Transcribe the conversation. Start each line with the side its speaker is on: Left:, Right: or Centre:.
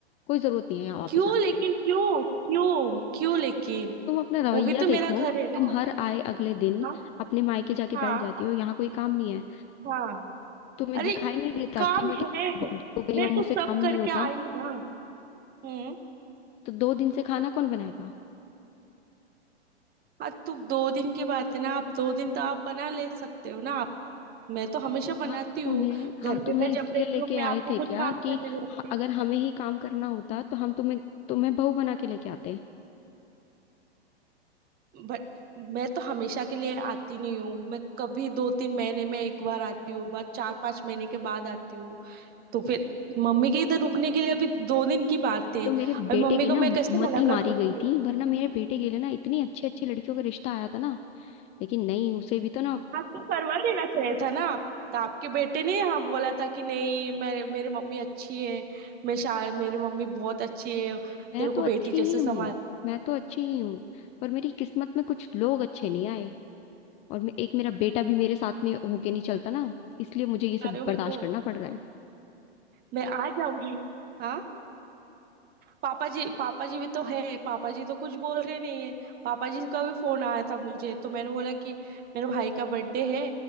Left: कोई जरूरत नहीं है यहाँ वापस
Right: क्यों
Left: आने
Right: लेकिन
Left: की
Right: क्यों क्यों क्यों लेकिन
Left: तुम अपना रवैया
Right: वो भी तो
Left: देखो
Right: मेरा घर है ना
Left: तुम हर आए अगले दिन
Right: हाँ
Left: अपने मायके जाके
Right: हाँ
Left: बैठ जाती हो यहाँ कोई काम नहीं है
Right: हाँ
Left: तुम्हें
Right: अरे
Left: दिखाई नहीं देता
Right: काम
Left: कि मैं कितनी
Right: है
Left: बुढ़ी हो गई
Right: मैं
Left: हूँ और
Right: तो
Left: मुझसे
Right: सब
Left: काम
Right: करके
Left: नहीं होता
Right: आई ना हम्म
Left: तो दो दिन से खाना कौन बनाएगा
Right: हाँ तो दो दिन की बात है ना आप दो दिन तो आप बना ले सकते हो ना आप मैं तो हमेशा बनाती
Left: हम
Right: हूँ
Left: तुम्हें हम
Right: घर
Left: तुम्हें
Right: पे मैं
Left: इसलिए
Right: जब रहती
Left: लेके
Right: हूँ मैं आपको
Left: आए थे
Right: कुछ
Left: क्या
Right: काम करने
Left: कि
Right: नहीं देती
Left: ह- अगर हमें ही काम करना होता तो हम तुम्हें तुम्हें बहू बना के लेके आते
Right: बट मैं तो हमेशा के लिए आती नहीं हूँ मैं कभी दो तीन महीने में एक बार आती हूँ बाद चार पांच महीने के बाद आती हूँ तो फिर मम्मी के इधर रुकने के लिए अभी दो दिन की बात है
Left: तो मेरे
Right: और
Left: बेटे
Right: मम्मी
Left: की
Right: को
Left: ना अच्छा
Right: मैं कैसे
Left: मती
Right: मना
Left: मारी
Right: कर सकती
Left: गई थी
Right: हूँ
Left: वरना मेरे बेटे के लिए ना इतनी अच्छी अच्छी लड़कियों का रिश्ता आया था ना लेकिन नहीं उसे भी तो ना
Right: हाँ तो करवा देना चाहिए था ना तो आपके बेटे ने हाँ बोला था कि नहीं मेरे मेरी मम्मी अच्छी है मेरे शा- मेरी मम्मी बहुत अच्छी है तेरे
Left: मैं तो
Right: को बेटी
Left: अच्छी
Right: जैसे
Left: ही हूँ
Right: संभाल
Left: मैं तो अच्छी ही हूँ पर मेरी किस्मत में कुछ लोग अच्छे नहीं आए और मैं, एक मेरा बेटा भी मेरे साथ में होके नहीं चलता ना इसलिए मुझे ये सब
Right: रहे हो मेरे
Left: बर्दाश्त
Right: को
Left: करना पड़ रहा है
Right: मैं आ जाऊंगी हाँ पापा जी पापा जी भी तो है पापा जी तो कुछ बोल रहे नहीं है पापा जी का भी फोन आया था मुझे तो मैंने बोला कि मेरे भाई का बर्थडे है